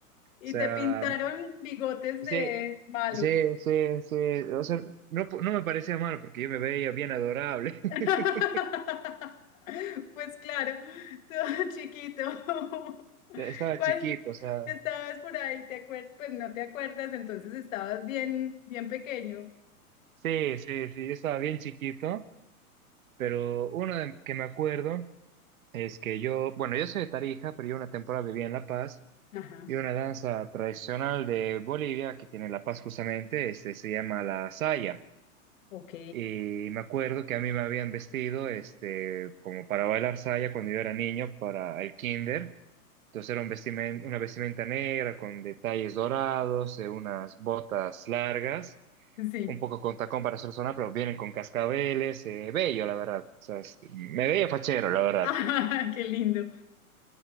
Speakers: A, on the left; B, on the right.
A: ¿Y
B: O sea,
A: te pintaron bigotes
B: Sí,
A: de malo?
B: sí, sí, sí. O sea, no, no me parecía malo porque yo me veía bien adorable. <laughs>
A: <laughs> Pues claro, todo chiquito. <laughs>
B: Estaba
A: ¿Cuál
B: chiquito, o sea,
A: estabas por ahí? ¿Te acuerdas? Pues no te acuerdas, entonces estabas bien, bien pequeño.
B: sí, sí, sí, yo estaba bien chiquito, pero uno de- que me acuerdo es que yo, bueno, yo soy de Tarija, pero yo una temporada vivía en La Paz
A: Ajá,
B: y una danza tradicional de Bolivia que tiene La Paz justamente, este, se llama la saya.
A: ok,
B: Y me acuerdo que a mí me habían vestido, este, como para bailar saya cuando yo era niño, para el kinder. Entonces era un vestimen- una vestimenta negra con detalles dorados, eh, unas botas largas,
A: sí.
B: un poco
A: <laughs>
B: con tacón para hacer sonar, pero vienen con cascabeles, eh, bello, la verdad. O sea, es- me veía fachero, la verdad.
A: Ah, qué lindo.